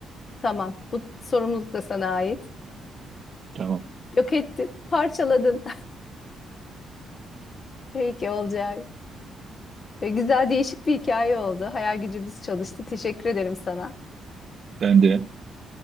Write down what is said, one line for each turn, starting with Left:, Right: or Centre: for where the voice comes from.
Left: Tamam. Bu sorumluluk da sana ait.
Right: Tamam.
Left: Yok ettin, parçaladın. <laughs> Peki olacak. E, Güzel değişik bir hikaye oldu. Hayal gücümüz çalıştı. Teşekkür ederim sana.
Right: Ben de